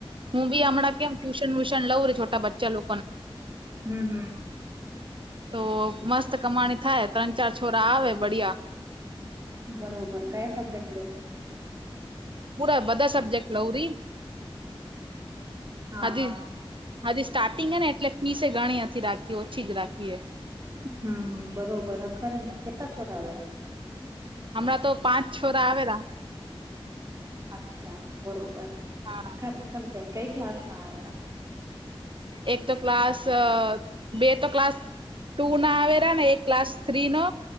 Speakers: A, on the right; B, on the right.
A: હું બી હમણાં કેમ ટ્યુશન વ્યુશન લઉં રે છોટા બચ્ચા લો
B: હમ્મ, હમમ.
A: તો મસ્ત કમાણી થાય, ત્રણ, ચાર છોરા આવે બડિયા
B: બરોબર, કયા સબ્જેક્ટ લો
A: પૂરા બધા સબ્જેક્ટ લવરી.
B: હા
A: હાજી,
B: હા
A: હજી સ્ટાર્ટિંગ ને એટલે ફીસે ઘણી હતી. રાખી ઓછી જ રાખીએ
B: હમ, હમ બરોબર. આ ખરે ને કેટલા છોડ આવેેલા
A: હમણાં, તો પાંચ છોરા, આવેલા
B: અચ્છા બરોબર,
A: હા
B: અખર અખર કઈ ક્લાસમાં આવેલા
A: એક તો ક્લાસ બે તો ક્લાસ ટુ ના આવેરા ને એ ક્લાસ થ્રી નો